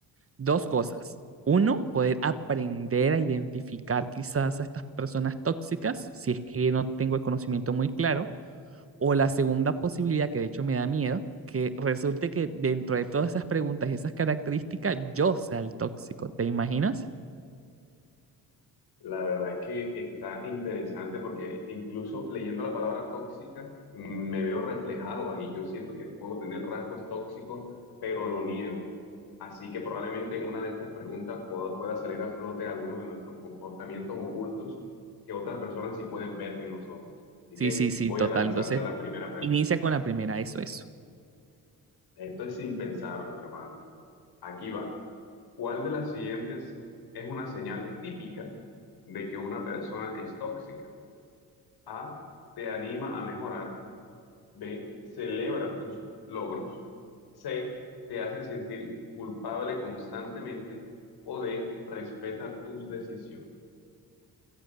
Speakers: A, on the right; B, on the left.
A: dos cosas. Uno, poder aprender a identificar quizás a estas personas tóxicas si es que no tengo el conocimiento muy claro. O la segunda posibilidad, que de hecho me da miedo, que resulte que dentro de todas esas preguntas y esas características yo sea el tóxico. ¿Te imaginas?
B: La verdad es que está interesante porque incluso leyendo la palabra tóxica mm, me veo reflejado ahí. Yo siento que puedo tener rasgos tóxicos, pero lo niego. Así que probablemente en una de estas preguntas pueda, pueda salir a flote algunos de nuestros comportamientos ocultos que otras personas sí pueden ver en nosotros. Así
A: Sí,
B: que
A: sí, sí,
B: voy
A: total.
B: a lanzarte
A: Entonces,
B: la primera pregunta,
A: inicia
B: ¿eh?
A: con la primera, eso, eso.
B: Esto es sin pensarlo, hermano. Aquí va. ¿Cuál de las siguientes es una señal típica de que una persona es tóxica? A, te anima a mejorar. B, celebra tus logros. C, te hace sentir culpable constantemente. O D, respeta tus decisiones.